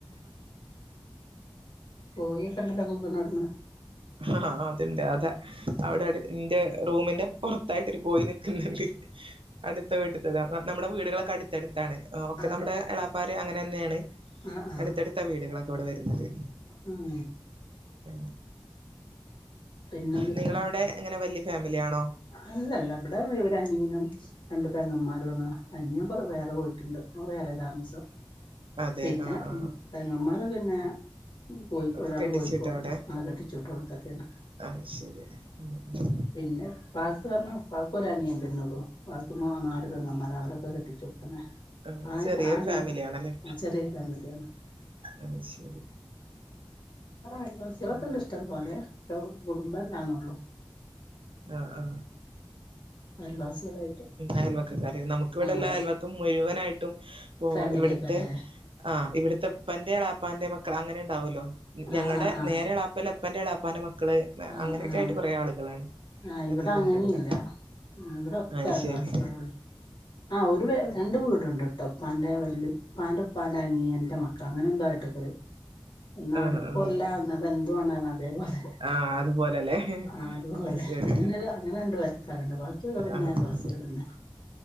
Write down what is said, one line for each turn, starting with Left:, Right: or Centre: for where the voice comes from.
Left: കോഴി ഒക്കണ്ടല്ല കുക്ണനടന്ന്
Right: ആഹ് അത്ണ്ട് അതെ അവിടെ അ എന്റെ റൂമിന്റെ പുറത്തായിട്ടരു കോഴി നിക്കുന്നുണ്ട് അടുത്ത വീടുത്ത നമ്മുടെ വീടുകളൊക്കെ അടുത്തടുത്താണ്ഓക്കെ
Left: അതെ
Right: നമ്മ ർ അങ്ങനെന്നെയാണ്
Left: ആഹ് ആഹ്
Right: അടുത്തടുത്ത വീടുകളൊക്കെ ഇവിടെ വരുന്നത്
Left: ഉം
Right: അ
Left: പിന്നെ എന്നിട്ട്
Right: നിങ്ങളവിടെ എങ്ങനെ വലിയ ഫാമിലിയാണോ
Left: അല്ലല്ല ഇവിടെ ഒരു അനിയനും രണ്ട് പെങ്ങന്മാരണ് അന്യ്ൻ വേറെ പോയിട്ടുണ്ട് ഓന് വേറെ താമസം
Right: അതെ
Left: പിന്നെ
Right: ആഹ് ആഹ്
Left: പെങ്ങന്മാർ പിന്നെ കോഴ
Right: ഒക്കെ
Left: ഒരാട്
Right: കെട്ടിച്ചിട്ടാ
Left: കോഴിക്കോട്ണ്ട്
Right: അവിടെ
Left: അ കെട്ടി ചട്ടറ് തക്കും
Right: ആഹ് ശരി ഉം ഉം
Left: പിന്നെ പാക്ക് കാരഞ്ഞാൽ പ്പാക്കൊരെനിയം തന്നുള്ളൂ പ്പാക്ക് ആ നാല്
Right: ആഹ്
Left: പെങ്ങന്മാര അവരൊക്കെ കെട്ടിച്ചു പി
Right: ആഹ്
Left: ആ
Right: ചെറിയൊരു
Left: ആ
Right: ഫാമിലിയാണല്ലേ
Left: ആ ചെറിയ ഫാമിലിയാണ്
Right: ആഹ് ശരി
Left: ആഹ് അയൽവാസിയാളോക്കണ്ട്
Right: ഉം
Left: ഇഷ്ടം പോലെ കുടുംബാല്ലന്നള്ളു
Right: ആ ആ
Left: അയൽവാസികളായിട്ട്
Right: അയൽവക്ക കാര് നമുക്ക് ഇവിടെല്ലാം
Left: ആകെ
Right: അയൽ മുഴുവനായിട്ടും ഇപ്പോ
Left: ഫാമിലി
Right: ഇവിടുത്തെ
Left: ആയിട്ടല്ലേ
Right: ആഹ് ഇവിടത്തെപ്പന്റെളാപ്പാന്റെ മക്കൾ അങ്ങനെ ഉണ്ടാവല്ലോ ഞങ്ങളുടെ
Left: ആഹ് ആഹ് ആഹ്
Right: നേരെളപ്പല്ല പപ്പൻ്റെളാപ്പാന മക്കൾ
Left: ആഹ്
Right: അങ്ങനെയൊക്കെ
Left: ആഹ്
Right: ആയിട്ട് കുറേ ആളുകളാണ്
Left: ആഹ് ഇവിടെങ്ങനെല്ല
Right: അധികം ഉണ്ട് ഇവിടെ
Left: ഇവിടെൊക്കെ
Right: അത്
Left: അൽവാസികളള്ളൂ
Right: ശരി
Left: ആഹ് വെ ഒരു രണ്ട വൂടുണ്ട് ട്ട ഉപ്പാന്റെ വല് ഉപ്പാന്റെ ഉപ്പാന്റെറെ അനിയന്റെ മക്കള അങ്ങനെ എന്തായിട്ടക്ക ഒാട
Right: ആഹ് ആഹ്
Left: കൊല്ലന്ന അത്െന്തുവാണ്ടാണ് അതേപോലെ
Right: ആഹ് അതുപോലല്ലേ
Left: ആഹ് അത്പോലെ
Right: അത് ശരി
Left: അങ്ങനെല്ല അങ്ങനെണ്ട് വരെ കരണ്ട് ബാക്കിയുള്ളവര് പിന്നെ
Right: ആഹ്
Left: അയൽവാസികളെന്നെ